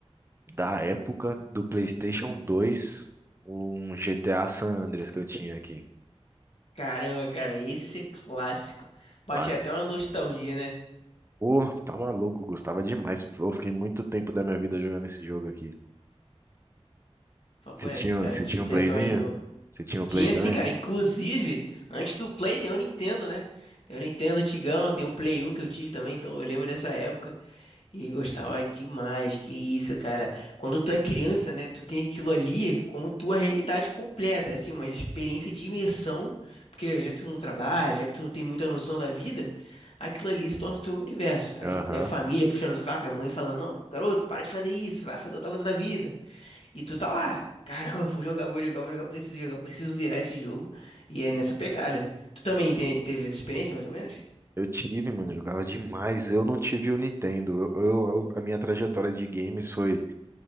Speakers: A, on the right; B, on the left.
A: da época do PlayStation 2, um GTA San Andreas que eu tinha aqui.
B: Caramba, cara, esse é clássico. Bate
A: Lá.
B: até uma nostalgia, né?
A: Pô, tá maluco, gostava demais. Eu fiquei muito tempo da minha vida jogando esse jogo aqui.
B: Papo
A: Você
B: reto,
A: tinha,
B: cara,
A: você
B: desperta
A: tinha um playzinho?
B: umas mil.
A: Você tinha um
B: Tinha
A: play também?
B: sim, cara, inclusive, antes do Play tem o Nintendo, né? Tem o Nintendo antigão, tem o Play 1 que eu tive também, então eu lembro dessa época. E gostava demais, que isso, cara. Quando tu é criança, né, tu tem aquilo ali como tua realidade completa, é assim, uma experiência de imersão, porque já que tu não trabalha, já que tu não tem muita noção da vida, aquilo ali se torna o teu universo. Aí
A: Aham.
B: é família puxando o saco, é a mãe falando, não, garoto, para de fazer isso, vai fazer outra coisa da vida. E tu tá lá, caramba, vou jogar, vou jogar, vou jogar, preciso jogar, preciso virar esse jogo. E é nessa pegada. Tu também te- teve essa experiência, mais ou menos?
A: Eu tive, mano, jogava demais. Eu não tive o Nintendo. Eu, eu- a minha trajetória de games foi